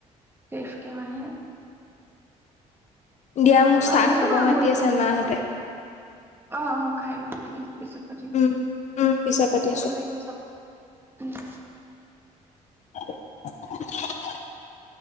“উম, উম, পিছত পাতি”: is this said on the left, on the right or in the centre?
Left